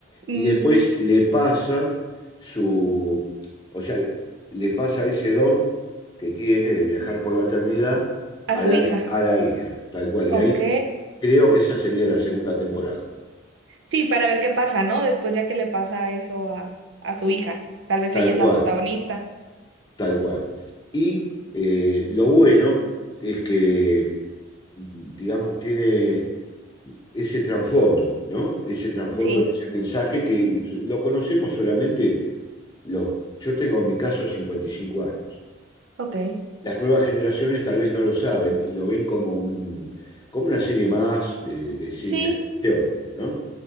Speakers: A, on the right; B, on the left.
A: Mm,
B: y después le pasa su, o sea, le pasa ese don que tiene de viajar por la eternidad
A: a
B: a
A: su
B: la,
A: hija.
B: hi- a la hija, tal cual.
A: Ok.
B: Y ahí creo que esa sería la segunda temporada,
A: Sí, para ver qué pasa, ¿no? Después ya que le pasa eso a, a su hija. Tal vez
B: tal
A: ella es
B: cual,
A: la protagonista.
B: tal cual. Y eh, lo bueno es que, digamos, tiene ese trasfondo, ¿no? Ese trasfondo,
A: Sí.
B: ese mensaje que lo conocemos solamente los... Yo tengo en mi caso 55 años.
A: Ok.
B: Las nuevas generaciones tal vez no lo saben y lo ven como un, como una serie más eh, de, ciencia
A: Sí.
B: ficción, ¿no?